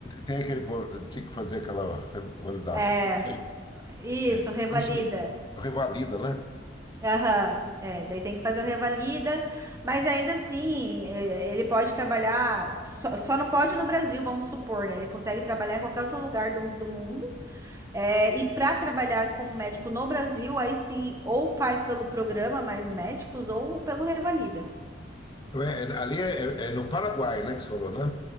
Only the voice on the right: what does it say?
É,
isso,
revalida.
Aham, é, daí tem que fazer o revalida, mas ainda assim, é, ele pode trabalhar, só, só não pode no Brasil, vamos supor, né? Ele consegue trabalhar em qualquer outro lugar do do mundo. É, e para trabalhar como médico no Brasil, aí sim, ou faz pelo programa Mais Médicos ou pelo Revalida.